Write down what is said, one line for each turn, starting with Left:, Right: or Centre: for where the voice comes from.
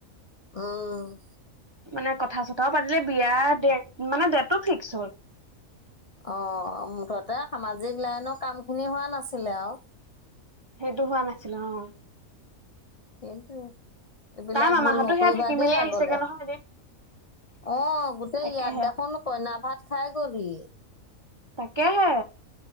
Left: আহ
Right: মানে কথা চথাও পাতিলে বিয়াৰ ড মানে ডেটটো ফিক্স হ'ল
Left: অ', মুঠতে সামাজিক লাইনৰ কাম খিনি হোৱা নাছিলে আৰু
Right: সেইটো হোৱা নাছিলো অ'
Left: সন্তে এইবিলাক
Right: তাৰ মামাহতো
Left: ভুল নকৰিবা
Right: সেয়া থাকি
Left: দেই
Right: মেলি
Left: আগলে
Right: আহিছেগে নহয় এদিন
Left: অ', গোটেই
Right: তাকেহে
Left: ইয়াত দেখোন কইনা ভাত খাই গ'লহি
Right: তাকেহে